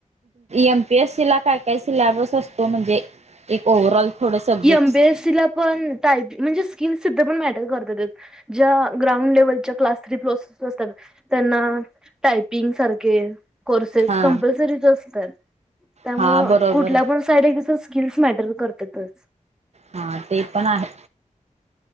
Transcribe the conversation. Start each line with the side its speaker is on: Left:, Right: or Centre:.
Right: एम पी एस सी ला काय काय सिलॅबस असतो? म्हणजे एक ओव्हरऑल- थोडं subjects
Centre: M P S C ला पण, टाईप म्हणजे स्किल सुद्धा पण मॅटर करत ते. ज्या ग्राउंड लेव्हलच्या क्लास थ्री प्रोसेस असतात- त्यांना टायपिंग सारखे- कोर्सेस
Right: हा
Centre: कम्पल्सरीचं असतात. त्यामुळं
Right: हा बरोबर.
Centre: कुठल्या पण- साईड <unintelligible> स्किल्स मॅटर करतातच.
Right: हां. ते पण आहे.